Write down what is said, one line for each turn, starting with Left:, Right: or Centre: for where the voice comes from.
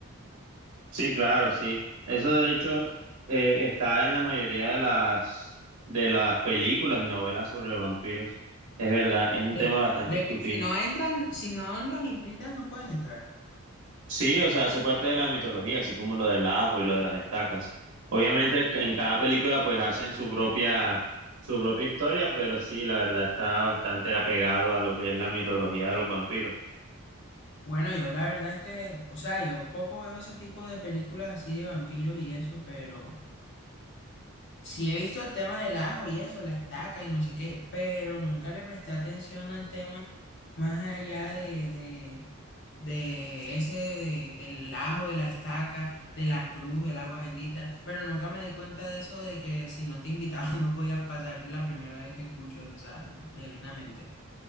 Right: Sí, claro, sí. Eso de hecho eh, está en la mayoría de las de las películas y novelas sobre vampiros. Es verdad, es un
Left: De,
Right: tema bastante
Left: de
Right: sutil.
Left: que si no entran, si no los invitan, no pueden entrar.
Right: Sí, o sea, hace parte de la mitología, así como lo del ajo y lo de las estacas. Obviamente en cada película pues hacen su propia su propia historia, pero sí, la verdad está bastante apegado a lo que es la mitología de los vampiros.
Left: Bueno, yo la verdad es que, o sea, yo poco veo ese tipo de películas así de vampiros y eso, pero sí he visto el tema del ajo y eso, la estaca y no sé qué, pero nunca le presté atención al tema más allá de, de, de ese, de- del ajo, de la estaca, de la cruz, del agua bendita, pero nunca me di cuenta de eso, de que si no te invitaban <laughs> no podías pasar, es la primera vez que escucho eso, o sea, genuinamente.